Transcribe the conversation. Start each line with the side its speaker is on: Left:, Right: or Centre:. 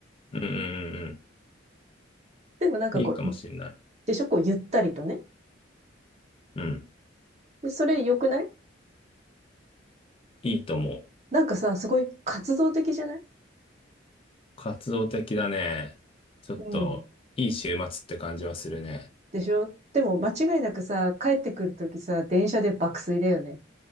Left: うんうんうん
Right: でもなんかこう、
Left: うん。いいかもしれない。
Right: でしょこう、ゆったりとね。
Left: うん。
Right: で、それ良くない
Left: いいと思う。
Right: なんかさ、すごい活動的じゃない
Left: 活動的だね。ちょっと、
Right: うん。
Left: いい週末って感じはするね。
Right: でしょでも、間違いなくさ、帰ってくるときさ、電車で爆睡だよね。